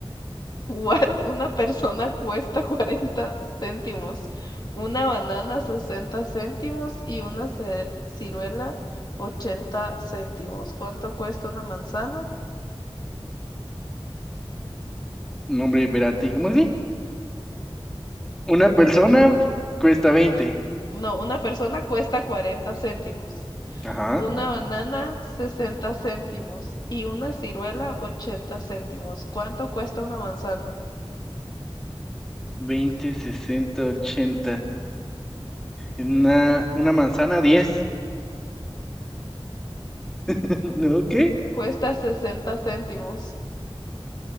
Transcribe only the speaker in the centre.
No, Hombre, espérate, ¿cómo así? Una persona cuesta 20.
Ajá.
Veinte, sesenta, ochenta. Una, una manzana, 10. <laughs> ¿No? ¿Qué?